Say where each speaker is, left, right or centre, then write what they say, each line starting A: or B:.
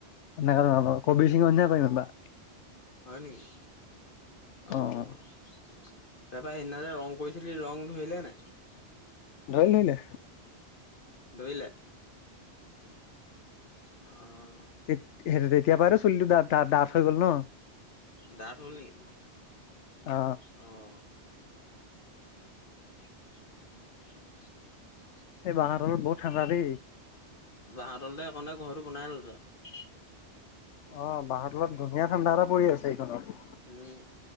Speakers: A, on the left; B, on the left.
A: নেগা কবিৰ সিং কৰিম এইবা।
B: হয় নেকি অহ।
A: অ অ
B: তাৰ পৰাৰা সেইদিতে ৰং কৰিছিলি ৰং ধৰিলে নাই।
A: ধৰিলে ধৰিলে।
B: ধৰিলে। অহ।
A: তে হেৰি তেতিয়া পায়ে চুলিটো ডা ডাঠ ডাঠ হৈ গ'ল ন।
B: ডাত হ'ল নেকি
A: অ
B: অহ। উম <unintelligible>
A: এই বাঁহৰ তলত বহুত ঠাণ্ডা দেই।
B: বাহহৰতে একণে গহৰটো বনাই লল তয়।
A: অ বাহৰ তলত ধুনীয়া ঠাণ্ডা এটা পৰি আছে এইখনত।
B: উম